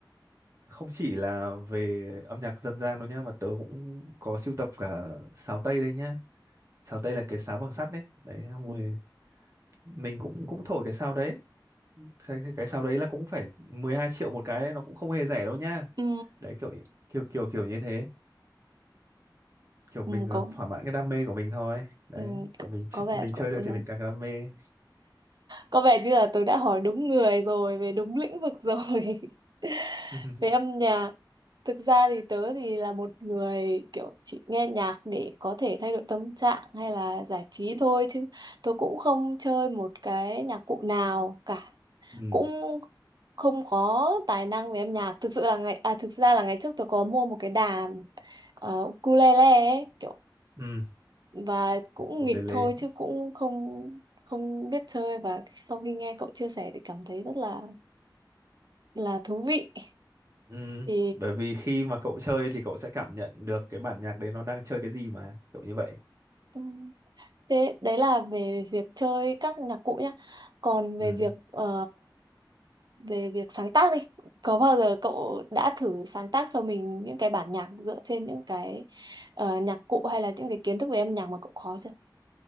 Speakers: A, on the right; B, on the right.
A: không chỉ là về âm nhạc dân gian đâu nhá mà tớ cũng có sưu tập cả sáo tây đây nhá sáo tây là cái sáo bằng sắt đấy đấy xong
B: Ừ.
A: rồi mình cũng cũng thổi cái sáo đấy cái, cái sáo đấy là cũng phải 12 triệu một cái đấy nó cũng không hề rẻ đâu nhá
B: Ừ.
A: đấy kiểu kiểu kiểu kiểu như thế kiểu
B: Ừ.
A: mình ờ,
B: Có,
A: thỏa mãn cái đam mê của mình thôi đấy
B: ừ. có
A: kiểu mình ch-
B: có vẻ
A: mình
B: cậu
A: chơi được
B: ừ.
A: thì mình càng đam mê
B: có vẻ như là tôi đã hỏi đúng người rồi về đúng lĩnh vực rồi <laughs>
A: <laughs>
B: về âm nhạc thực ra thì tớ thì là một người kiểu chỉ nghe nhạc để có thể thay đổi tâm trạng hay là giải trí thôi chứ tôi cũng không chơi một cái nhạc cụ nào cả
A: ừ
B: cũng không có tài năng về âm nhạc thực sự là ngày à thực ra là ngày trước tôi có mua một cái đàn ờ, ukulele ấy, kiểu
A: ừ
B: và cũng
A: một
B: nghịch
A: lề lề
B: thôi chứ cũng không không biết chơi và sau khi nghe cậu chia sẻ thì cảm thấy rất là là thú vị <laughs>
A: ừ
B: thì
A: bởi vì khi mà cậu chơi thì cậu sẽ cảm nhận được cái bản nhạc đấy nó đang chơi cái gì mà kiểu như vậy
B: ừm, thế đấy là về việc chơi các nhạc cụ nhá còn về
A: ừ
B: việc ờ, về việc sáng tác đi có bao giờ cậu đã thử sáng tác cho mình những cái bản nhạc dựa trên những cái ờ, nhạc cụ hay là những cái kiến thức về âm nhạc mà cậu có chưa